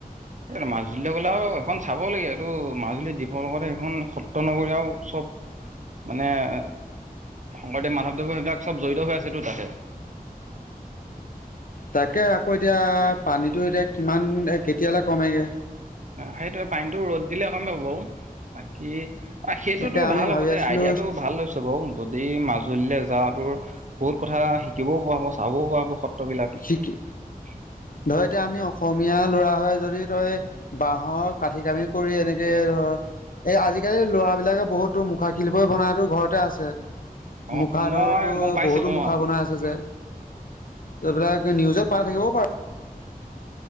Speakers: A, on the right; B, on the left.
A: এই মাজুলী গ'লে আৰু এখন চাব লাগে আৰুটো মাজুলী দ্বীপৰ লগতে সখন সত্ৰ নগৰ আৰু চ'ব মানে শংকৰদেৱ মাধৱদেৱ সেইবিলাক চ'ব জড়িত হৈ আছেতো তাতে।
B: তাকে আকৌ এতিয়া পানীটো এতিয়া কিমান কেতিয়ালৈ কমেগৈ।
A: সেইটো পানীতটো ৰ'দ দিলে অকন কমিব বাৰু বাকী অ' সেইটোতো
B: তাকে আমি
A: ভাল
B: ভাবি
A: হ'ব দেই
B: আছিলো
A: আদিয়াটো ভাল লৈছ। বাৰু যদি মাজুলীলৈ যাওঁ তোৰ বহুত কথা শিকিবও পৰা হ'ব চাবও পৰা হ'ব সত্ৰ
B: শিকি
A: <unintelligible>
B: ধৰ এতিয়া আমি অসমীয়া ল'ৰা হৈ যদি তই। বাঁহৰ কাঠি কামি কৰি এনেকে ধৰ এই আজিকালি ল'ৰাবিলাকে বহুতো মুখা শিল্প বনাইতো ঘৰতে আছে।
A: অঁ
B: মুখা
A: মই
B: ধৰ তোৰ
A: গম পাইছিলোঁ
B: বহুতো মুখা
A: অঁ
B: বনাই আছে যে। ত এইবিলাক নিউজত পাই থাকিব পাৰো।